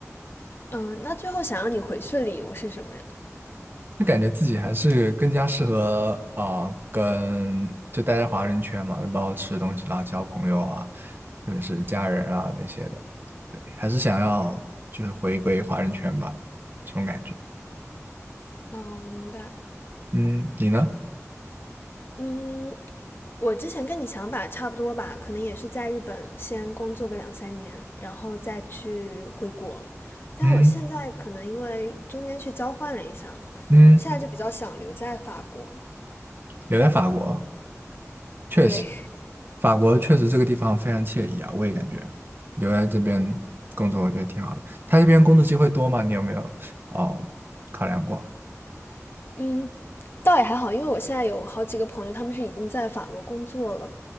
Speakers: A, on the left (about 45°); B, on the right (about 40°).
A: 嗯，那最后想让你回去的理由是什么呀？
B: 就感觉自己还是更加适合啊、跟就待在华人圈嘛，包括吃东西啦、交朋友啊，特别是家人啊那些的，对，还是想要就是回归华人圈吧，这种感觉。
A: 哦，明白。
B: 嗯，你呢？
A: 嗯，我之前跟你想法差不多吧，可能也是在日本先工作个两三年，然后再去回国。但我现在可能因为中间去交换了一下，
B: 嗯嗯，
A: 现在就比较想留在法国。
B: 留在法国。确实，
A: 对，
B: 法国确实这个地方非常惬意啊，我也感觉留在这边工作，我觉得挺好的。他这边工作机会多吗？你有没有哦考量过？
A: <laughs> 嗯，倒也还好，因为我现在有好几个朋友，他们是已经在法国工作了。